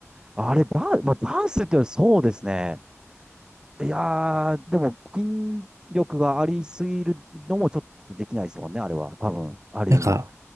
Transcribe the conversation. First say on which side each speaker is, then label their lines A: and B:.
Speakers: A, on the right; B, on the right.
A: あれ、ダン、まあ、ダンスっていうのはそうですね。いやー、でも、筋力がありすぎるのもちょっとできないですもんね、あれは。多分、ある意味。
B: なんか、